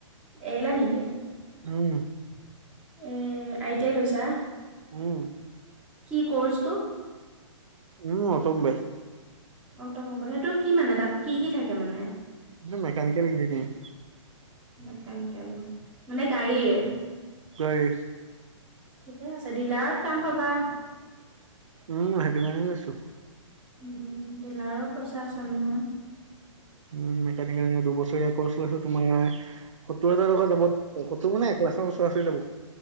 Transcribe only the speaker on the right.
উম,
উম
মোৰ অটমোবাইল।
সেই মেকানিকেল ইঞ্জিনিয়াৰিং
হয়
উম সেইটো কাৰণে লৈছোঁ।
উ মেকানিকেল দুবছৰীয়া কৰ্চ লৈছো তোমাৰ সত্তৰ হাজাৰ টকা যাব। সত্তৰ মানে এক লাখৰ ওচৰা ওচৰি যাব।